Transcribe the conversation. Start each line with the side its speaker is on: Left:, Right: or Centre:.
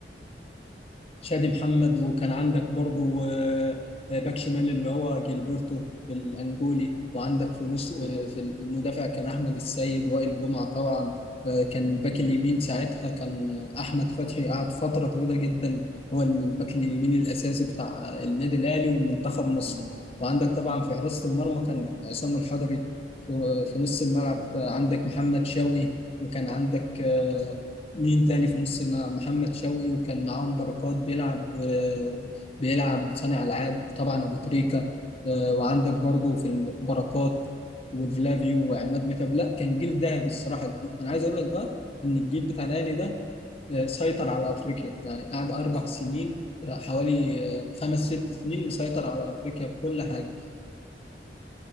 Left: شادي محمد وكان عندك برضو آه، آه، باك شمال اللي هو جilberto الانجولي وعندك في نص
Right: مم.
Left: آه، في المدافع كان احمد السيد وائل جمعه طبعا آه، كان
Right: مم.
Left: الباك اليمين ساعتها كان آه، احمد فتحي قعد فتره طويله جدا هو الباك اليمين الاساسي بتاع النادي الاهلي ومنتخب مصر
Right: مم.
Left: وعندك طبعا في حراسه المرمى كان عصام الحضري في آه، في نص الملعب
Right: هو
Left: آه، عندك محمد شوقي وكان عندك آه، مين تاني في نص الملعب محمد شوقي وكان معاهم بركات بيلعب آه، بيلعب صانع ألعاب طبعا أبو تريكة آه، وعندك برضو في البركات وفلافيو وعماد متعب لا كان جيل ذهبي الصراحة أنا عايز أقول لك بقى إن الجيل بتاع الأهلي ده آه، سيطر على أفريقيا يعني قعد أربع سنين آه، حوالي آه، خمس ست سنين مسيطر على أفريقيا في كل حاجة